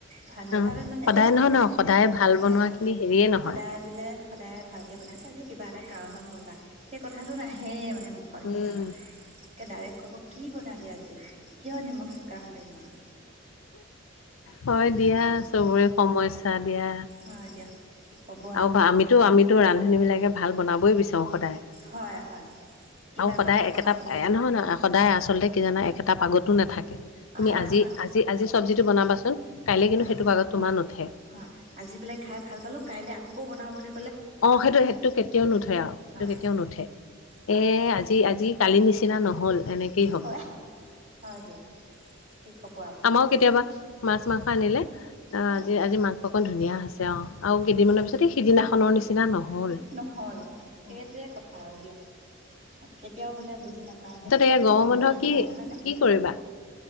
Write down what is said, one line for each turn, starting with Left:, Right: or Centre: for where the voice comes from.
Right: ভাল নেভাবোবে
Left: অ
Right: মানে দেই
Left: নহয়
Right: সদায়
Left: ন
Right: দিনে
Left: ভাল
Right: হয়
Left: বনোৱা খিনি হেৰিয়ে নহয়
Right: সদায় বোলে সদায় ভালকে বনাইছে আজি কিবা এটা কাৰণত হল আ সেই কথাটো নাহেই মানে। মুখৰ সিহঁতৰ
Left: উম
Right: কে ডাইৰেক্ট ক'ব কি বনালি আজি। কিয় নিমখ চোকা হ'লে ইমান।
Left: হয় দিয়া চবৰে সমস্যা দিয়া।
Right: অ দিয়া। কি ক'ব
Left: আৰু আমিতো আমিতো ৰান্ধনী বিলাকে ভাল বনাবই বিচাৰো। সদায়
Right: হয় হয় কিবা
Left: আৰু সদায়
Right: মাছ অকণ
Left: একেটা
Right: আনিলে
Left: নহয় নহয় সদায় আচলতে কি জানা এটা পাগতো নাথাকে তুমি
Right: হয়
Left: আজি
Right: হয়
Left: আজি আজি চব্জিটো বনাবাচোন। কাইলৈ কিন্তু
Right: হয়
Left: সেইটো পাগত তোমাৰ নুঠে
Right: হয় আজি বোলে খাই ভাল পালো কাইলে আকৌ বনাবলে।
Left: অ সেইটো সেইটো কেতিয়াও নুঠে আউ সেইটো
Right: হয়
Left: কেতিয়াও নুঠে
Right: হয়
Left: এ আজি আজি কালি নিচিনা। নিচিনা নহল এনেকেই হ'ব।
Right: হয় হয় দিয়ক কি ক'ব আপুনি
Left: আমাৰও
Right: আৰু
Left: কেতিয়াবা মাছ। মাংস আনিলে অ
Right: হয়
Left: আজি আজি মাংসকন ধুনীয়া হৈছে আউ আৰু কেইদিনমানৰ
Right: হয়
Left: পিছতে সিদিনাখনৰ নিচিনা। নহল
Right: শেষ নহল সেইটোৱে
Left: অ
Right: কথা
Left: সেইটো
Right: আৰু দিয়া কেতিয়াও বোলে বুজি নাপায় দে
Left: তাৰপিছত
Right: সদায়
Left: এয়া গৰমৰ
Right: দিনে
Left: বন্ধ
Right: একেই নহয়
Left: কি
Right: হয়নে।
Left: কি কৰিবা